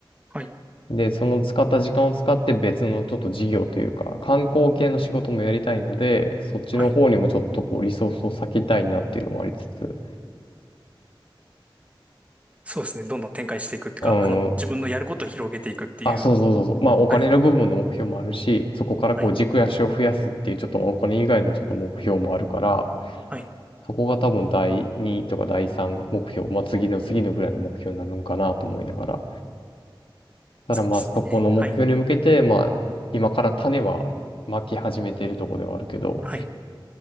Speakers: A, on the right; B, on the left.
A: はい。
B: で、その使った時間を使って別のちょっと事業というか、観光系の仕事もやりたいので、
A: うんうん
B: そっちの方にもちょっとこうリソースを割きたいなっていうのもありつつ、
A: はい。そうですね。どんどん展開していくっていうか、
B: うん、
A: あの、自分のやることを広げていくっていう。
B: あ、そうそうそうそう、まあお金の部分の目標もあるし、
A: はい、
B: そこからこう軸足を増やすっていうちょっとお金以外のちょっと目標もあるから、
A: はい、はい。
B: そこが多分第2とか第3目標、まあ次の次のぐらいの目標になるんかなと思いながら。ただまあそこの目標に向けて、
A: そうですね。はい、
B: まあ今から種はまき始めているところではあるけど、
A: はい、